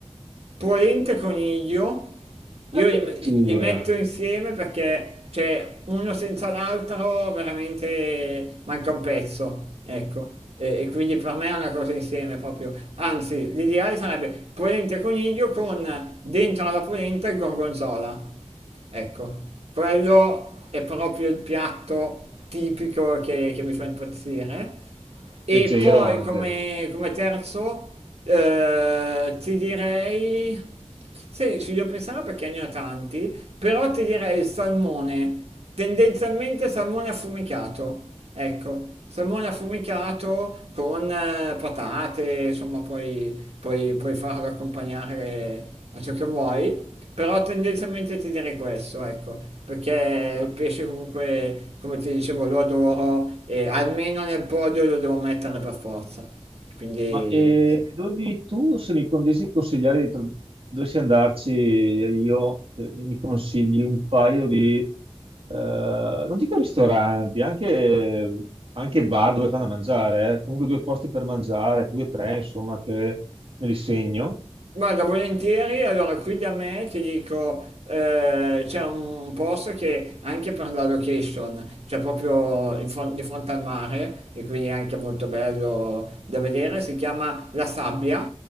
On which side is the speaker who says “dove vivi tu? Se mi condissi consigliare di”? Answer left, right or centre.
Right